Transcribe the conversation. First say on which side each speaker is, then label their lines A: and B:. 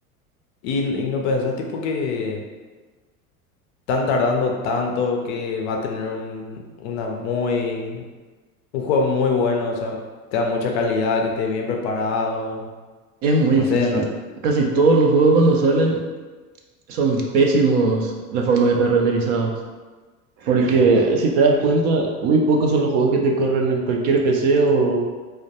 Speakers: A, on the left; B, on the right.
A: Y, y no pensás tipo que están tardando tanto que va a tener un, una muy, un juego muy bueno, o sea, te da mucha calidad, que esté bien preparado,
B: Es muy
A: no
B: difícil.
A: sé, no-
B: Casi todos los juegos cuando salen son pésimos la forma que están renderizados. Porque
A: ajá.
B: si te das cuenta, muy pocos son los juegos que te corren en cualquier PC o,